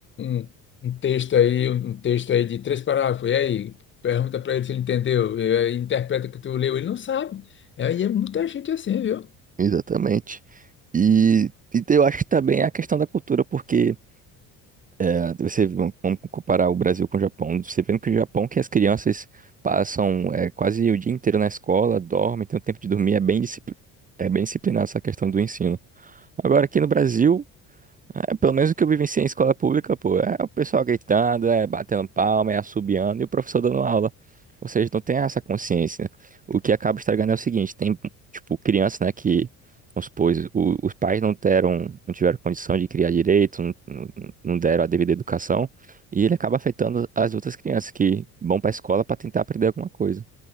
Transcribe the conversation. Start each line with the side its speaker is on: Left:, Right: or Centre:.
Left: um, um um texto aí, um um texto aí de três parágrafos, e aí, pergunta para ele se ele entendeu, e aí interpreta o que tu leu, ele não sabe. E aí é muita gente assim, viu?
Right: exatamente. E, e eu acho que também é a questão da cultura, porque. É, Você, vamos comparar o Brasil com o Japão. Você vendo que o Japão, que as crianças passam é, quase o dia inteiro na escola, dormem, tem o tempo de dormir, é bem, discipli- é bem disciplinado essa questão do ensino. Agora, aqui no Brasil, é, pelo menos o que eu vivenciei em escola pública, pô, é o pessoal gritando, é batendo palma, é assobiando e o professor dando aula. Ou seja, não tem essa consciência. né? O que acaba estragando é o seguinte, tem, tipo, criança, né, que, vamos supor, o- os pais não deram, não tiveram condição de criar direito, não, não não deram a devida educação, e ele acaba afetando as outras crianças que vão para a escola para tentar aprender alguma coisa.